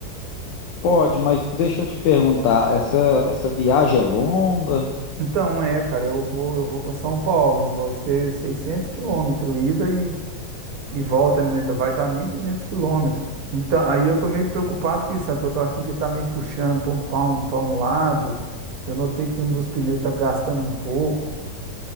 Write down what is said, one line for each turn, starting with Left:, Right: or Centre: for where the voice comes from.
Left: Pode, mas deixa eu te perguntar, essa, essa viagem é longa?
Right: Então é, cara, eu vou, eu vou para São Paulo, vai ser 600 quilômetros ida e e volta, né, vai dar 1.200 quilômetros. Então, aí eu tô meio preocupado com isso, sabe? Porque eu tô achando que tá meio puxando para um, pra um, pra um lado. Eu notei que um dos pneus tá gastando um pouco.